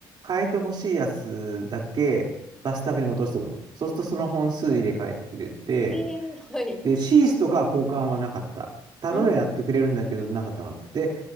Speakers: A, on the right; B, in the centre.
A: 変えてほしいやつだけバスタブに落としておくの。そうするとその本数入れ替えてくれて、
B: へえ、はい。
A: で、シースとかは交換はなかった。頼みはやってくれるんだけど、
B: うん。
A: なかったなかった。で、